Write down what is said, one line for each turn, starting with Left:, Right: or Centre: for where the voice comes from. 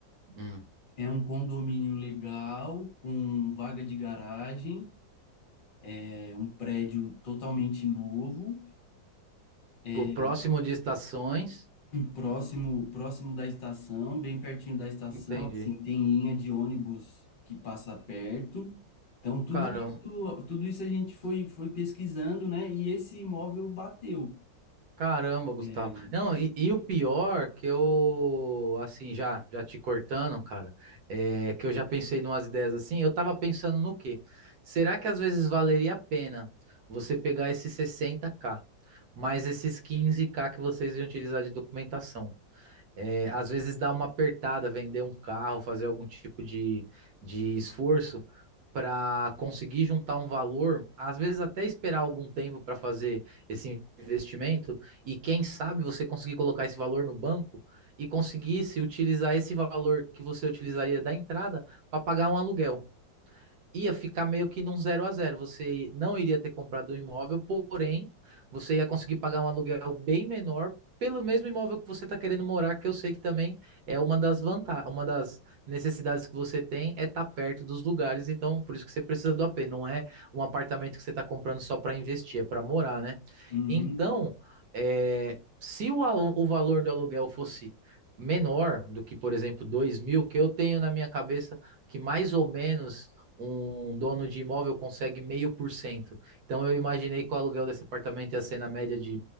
Right: hum.
Left: é um condomínio legal, com vaga de garagem, é um prédio totalmente novo, é
Right: Pô, Próximo de estações.
Left: próximo, próximo da estação, bem pertinho da estação,
Right: Entendi.
Left: assim, tem linha de ônibus que passa perto. Então, tudo
Right: Cara,
Left: isso, tudo isso a gente foi, foi pesquisando, né? E esse imóvel bateu.
Right: Caramba, Gustavo.
Left: É,
Right: Não, e, e o pior que eu, assim, já já te cortando, cara, é que eu já pensei numas ideias assim. Eu tava pensando no quê? Será que às vezes valeria a pena você pegar esses sessenta k mais esses quinze k que vocês iam utilizar de documentação? É, às vezes dá uma apertada, vender um carro, fazer algum tipo de, de esforço para conseguir juntar um valor, às vezes até esperar algum tempo para fazer esse investimento, e quem sabe você conseguir colocar esse valor no banco e conseguisse utilizar esse valor que você utilizaria da entrada para pagar um aluguel ia ficar meio que num zero a zero. Você não iria ter comprado o imóvel, porém, você ia conseguir pagar um aluguel bem menor pelo mesmo imóvel que você está querendo morar, que eu sei que também é uma das vantagens, uma das necessidades que você tem é estar tá perto dos lugares, então por isso que você precisa do AP, não é um apartamento que você está comprando só para investir, é para morar, né?
Left: Uhum.
Right: Então, é, se o, alu- o valor do aluguel fosse menor do que, por exemplo, 2 mil, que eu tenho na minha cabeça que mais ou menos um dono de imóvel consegue meio por cento. Então eu imaginei que o aluguel desse apartamento ia ser na média de